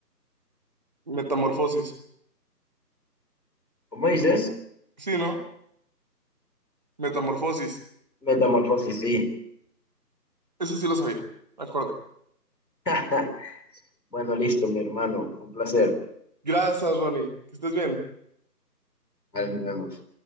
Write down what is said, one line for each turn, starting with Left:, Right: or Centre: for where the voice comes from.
Right: Metamorfosis.
Left: ¿Cómo dices?
Right: Sí, ¿no? Metamorfosis.
Left: Metamorfosis, sí. <laughs>
Right: Eso sí lo sabía. Me acordé.
Left: Ja, Bueno, listo, mi hermano. Un placer.
Right: Gracias, Ronnie. Que estés bien.
Left: Ahí nos vemos.